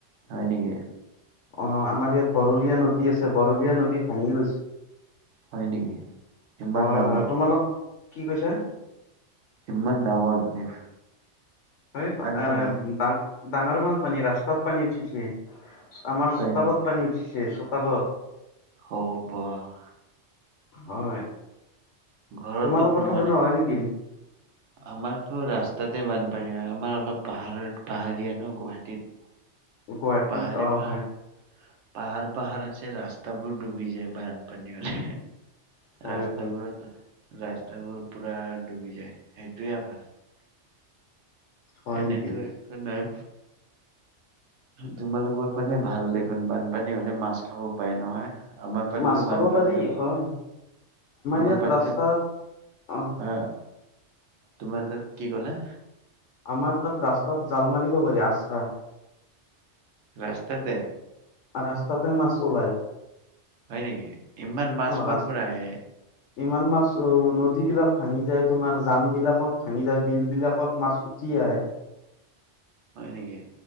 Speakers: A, on the right (about 75°); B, on the left (about 75°).
A: হয় নেকি
B: অ' আমাৰ ইয়াত বৰলীয়া নদী আছে। বৰলীয়া নদী ভাঙি গৈছে।
A: হয় নেকি ইমান
B: হয়
A: ডাঙৰ
B: হয়, তোমালোক কি কৈছাঁ?
A: ইমান ডাঙৰ মানে
B: অই
A: বানপানী
B: বান ডাঙৰ বান পানী ৰাস্তাত পানী উঠিছে। আমাৰ
A: হয়
B: চোতালত পানী উঠিছে চোতালত।
A: ও বাহ
B: হয়
A: ঘৰতটো
B: তোমালোকৰ
A: সোমোৱা
B: ফালে
A: নাই।
B: নহয় নেকি
A: আমাৰতো ৰাস্তাতে বানপানী হয় আমাৰ অলপ পাহাৰত পাহাৰীয়া ন গুৱাহাটীত।
B: গুৱাহাটীত
A: পাহাৰে
B: অঁ
A: পাহাৰ
B: হয়।
A: পাহাৰ পাহাৰ আছে, ৰাস্তাবোৰ ডুবি যায় বানপানী হলে।
B: হয়
A: ৰাস্তাবোৰত
B: হয়
A: ৰাস্তাবোৰ পুৰা ডুবি যায় সেইটোৱে আমাৰ
B: হয়
A: এনেটো
B: নেকি
A: একো নহয়। তোমালোকৰ ফালে ভাল দেখোন, বানপানী হলে মাছ খাব পায় নহয়। আমাৰ ফালেটো
B: মাছ খাব
A: বানপানী
B: পাৰি
A: হলে,
B: হয়
A: আমাৰ
B: ইয়াত
A: পানীতে
B: ৰাস্তাত অ
A: আ তোমাৰ তাত কি ক'লে?
B: আমাৰ তাত ৰাস্তাত জাল মাৰিব পাৰি ৰাস্তাত।
A: ৰাস্তাতে।
B: তাত ৰাস্তাতে মাছ ওলায়
A: হয় নেকি ইমান মাছ কৰ
B: ৰাস
A: পৰা আহে
B: ইমান মাছ অ নদী বিলাক ভাঙি যায় তোমাৰ জান বিলাকত ভাঙি যায় বিল বিলাকত মাছ উতি আহে
A: হয় নেকি